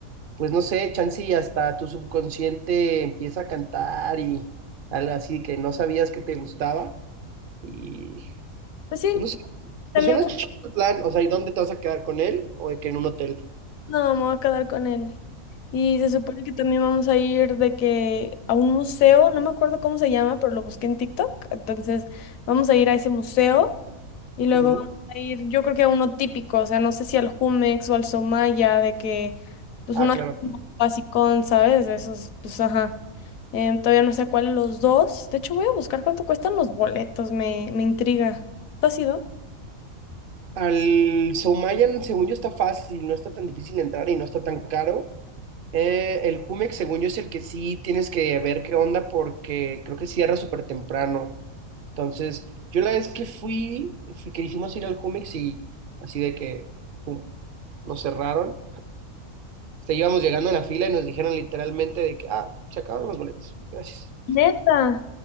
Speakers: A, on the right (about 55°); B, on the left (about 75°).
A: pues no sé, chance y hasta tu subconsciente empieza a cantar y algo así que no sabías que te gustaba y
B: Pues sí,
A: pues no sé, pues
B: también
A: suena chido el plan, o sea, ¿y dónde te vas a quedar con él o de que en un hotel?
B: no, me voy a quedar con él. Y se supone que también vamos a ir de que a un museo, no me acuerdo cómo se llama, pero lo busqué en TikTok. Entonces, vamos a ir a ese museo Y luego
A: Ujú.
B: vamos a ir, yo creo que a uno típico, o sea, no sé si al Jumex o al Somaya, de que, pues
A: Ah,
B: uno
A: claro.
B: así como basicón, ¿sabes? De esos, pues ajá. Em, todavía no sé cuáles los dos. De hecho, voy a buscar cuánto cuestan los boletos, me, me intriga. ¿Tú has ido?
A: Al Soumayan, según yo, está fácil, no está tan difícil entrar y no está tan caro. Eh, el Jumex, según yo, es el que sí tienes que ver qué onda porque creo que cierra súper temprano. Entonces, yo la vez que fui, fui que hicimos ir al Jumex y así de que, pum, nos cerraron. O sea, íbamos llegando en la fila y nos dijeron literalmente de que, ah, se acabaron los boletos. Gracias.
B: Neta.